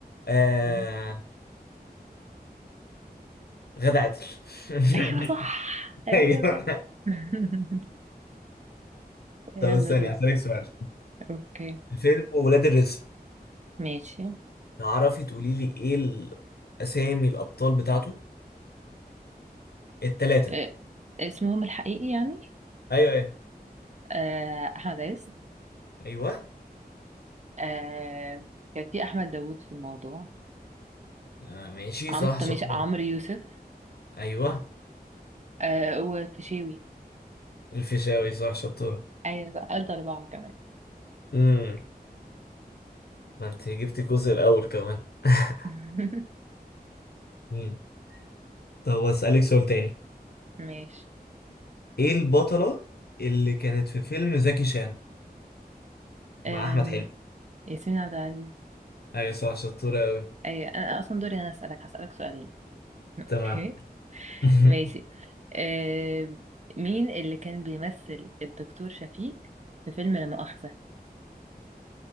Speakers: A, on the left; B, on the right.
A: آه
B: ها
A: غادة عادل <laughs>
B: ايوه صح ايوه
A: ايوه
B: صح <laughs> يلا
A: طب استني
B: دور
A: هسألك سؤال
B: اوكي
A: فيلم ولاد الرزق
B: ماشي
A: تعرفي تقولي لي ايه الاسامي الابطال بتاعته التلاتة
B: أه، اسمهم الحقيقي يعني
A: ايوه ايوه
B: أه، احمد عز
A: ايوه
B: أه، كان في احمد داوود في الموضوع
A: آه ماشي
B: عم...
A: صح
B: طب
A: شطورة
B: ماشي عمرو يوسف
A: ايوه
B: أه، وفيشاوي
A: الفيشاوي صح شطورة
B: ايوه بقى، قلت اربعه كمان
A: امم ما انت جبت الجزء الاول كمان <laughs>
B: <laughs>
A: مم. طب اسالك سؤال تاني
B: ماشي
A: ايه البطلة اللي كانت في فيلم زكي شان مع
B: أم،
A: احمد حلمي
B: ياسمين عبد العزيز
A: ايوه صح شطورة قوي
B: ايوه انا اصلا دوري انا اسالك هسالك سؤالين اوكي
A: تمام <laughs>
B: ماشي آه مين اللي كان بيمثل الدكتور شفيق في فيلم لا مؤاخذة